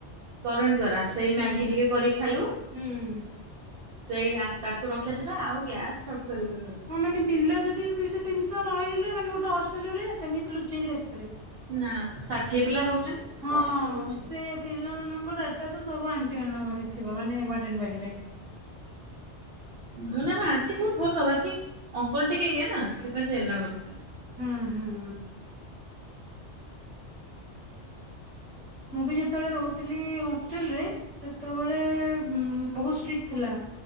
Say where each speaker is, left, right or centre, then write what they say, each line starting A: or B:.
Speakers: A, on the right; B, on the right.
A: କରେଣ୍ଟ ଦ୍ଵାରା ସେଇ
B: ହୁଁ
A: ମ୍ୟାଗି ଟିକେ କରିକି ଖାଇବ।
B: ହୁଁ।
A: ସେଇ ତାକୁ ରଖିବା ଥିବା ଆଉ ଗ୍ୟାସ୍ ରଖି ପରିବୁନି।
B: ହଁ ମାନେ ବିଲ ଯଦି ଦୁଇଶହ ତିିହ ରହିଲେ ମାନେୋଟେ ହଷ୍ଟେଲ ଭଳିଆ ସେମତି ଲୁଚେଇକି ରଖିବ।
A: ନା ଷାଠିଏ ପିଲା ରହୁଛନ୍ତି
B: ହଁ
A: କଣ ରହୁଛି।
B: ସେ ଡାଟା ତ ସବୁ ଆଣ୍ଟି ମାନଙ୍କ ପାଖରେ ଥିବା ମାନେ ୱାଡେନ ପାଖରେ?
A: ମାନେ ଆମେ ଆଣ୍ଟି ବହୁତ ଭଲ ବାକି ଅଙ୍କଲ ଟିକେ ଇଏ ନା ସେଟାଇ ସେ ଏଲା କର
B: ହୁଁ ହୁଁ। ମୁଁ ବି ଯେତେବେଳେ ରହୁଥିଲି ହଷ୍ଟେଲରେ ସେତେବେଳେ ବହୁତଷ୍ଟ୍ରିକ ଥିଲା